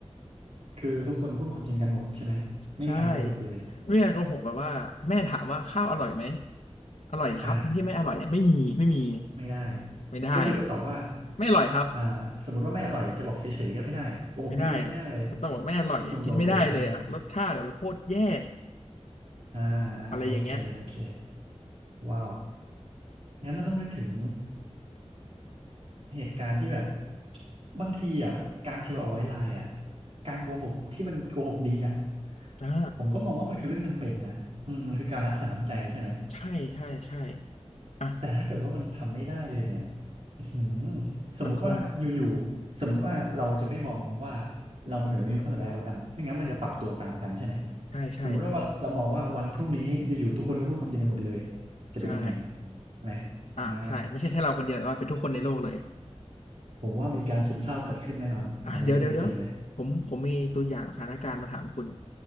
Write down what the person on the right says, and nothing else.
คือทุกคนพูดความจริงกันหมดใช่ไหม ไม่มีการโกหกเลย
อ่าไม่ได้
ก็คือจะตอบว่า
อ่าสมมติว่าไม่อร่อยจะบอกเฉยๆก็ไม่ได้ โกหกนิดนึงก็ไม่ได้เลย
ต้องตรงๆเลยใช่ไหมอ่าอ่าโอเค
โอเค ว้าว งั้นมันต้องนึกถึง เหตุการณ์ที่แบบบางทีอ่ะการเทลเอาไว้ไลน์อ่ะการโกหกที่มันโกหกดีอ่ะ
ผมก็มองว่ามันคือเรื่องจำเป็นนะอืมมันคือการรักษาน้ำใจใช่ไหม
แต่ถ้าเกิดว่ามันทำไม่ได้เลยเนี่ยอื้อหือสมมติว่าอยู่ๆสมมติว่าเราจะไม่มองว่า
เราเป็นแบบนี้มาตั้งแต่แรกแล้วกันไม่งั้นมันจะปรับตัวตามกันใช่ไหม
สมมุติว่าเรามองว่าวันพรุ่งนี้อยู่ๆทุกคนก็พูดความจริงกันหมดเลยจะเป็นยังไง
ไหม
อ่าผมว่ามีการซึมเศร้าเกิดขึ้นแน่นอนอันนี้เรื่องจริงเลย